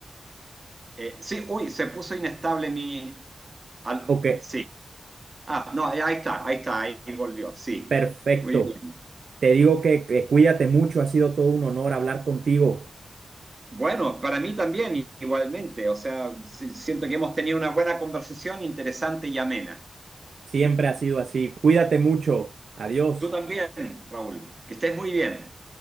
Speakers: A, on the right (about 35°); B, on the right (about 75°).
A: eh, sí, uy, se puso inestable mi... al-
B: Ok,
A: sí, ah, no, eh, ahí está, ahí está, ahí volvió, sí,
B: perfecto.
A: muy bien.
B: Te digo que que cuídate mucho, ha sido todo un honor hablar contigo.
A: Bueno, para mí también, igualmente, o sea, sí, siento que hemos tenido una buena conversación, interesante y amena.
B: Siempre ha sido así. Cuídate mucho. Adiós.
A: Tú también, Raúl. Que estés muy bien.